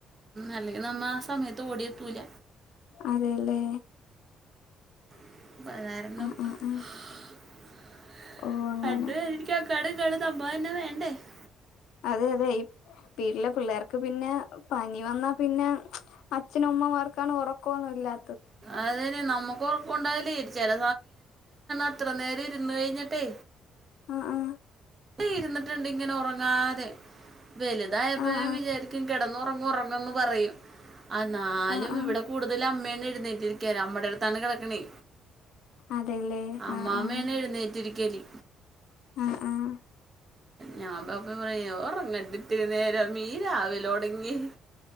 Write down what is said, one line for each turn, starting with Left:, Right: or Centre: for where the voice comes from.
Right: അല്ലെങ്കി നമ്മ ആ സമയത്ത് ഓടിയത്തൂല
Left: അതെല്ലേ
Right: പിള്ളേരൊന്നും
Left: ആഹ് ആഹ് ആഹ്
Right: ഹാ കണ്ട്
Left: ഓ അങ്ങനെ
Right: വൈദികൻ
Left: അതെ അതെ ഈ വീട്ടിലെ പിള്ളേർക്ക് പിന്നെ പനി വന്ന പിന്നെ അച്ഛനുമ്മമാർക്കാണ് ഉറക്കൊന്നുല്ലാ
Right: അതന്നെ നമ്മക്ക് ഉറപ്പുണ്ടായലേ ചില എത്ര നേരം ഇരുന്ന് കഴിഞ്ഞട്ട്
Left: അ ആ
Right: ഇരുന്നിട്ടുണ്ട് ഇങ്ങനെ ഉറങ്ങാതെ വലുതായപ്പോ
Left: ആഹ് ആഹ്
Right: ഞാൻ വിചാരിക്കും കിടന്നോ റങ്ങുന്നു പറയും എന്നാലും
Left: ആഹ് ആഹ് ആഹ്
Right: ഇവിടെ കൂടുതലുംഅമ്മയാണ്എഴുന്നേറ്റ് റ്റിരിക്കൽ അമ്മയുടെ ട്ത്താണ് കടകണെ
Left: അതെല്ലേ
Right: അമ്മാമ്മയാണ്
Left: ആഹ് ആഹ്
Right: എഴുന്നേറ്റിരിക്കല്
Left: ആഹ് ആഹ്
Right: ഞാൻ <unintelligible> ഒറങാര്ത്ട്ട് നേരമ്മി രാവിലെ ഒടങ്ങി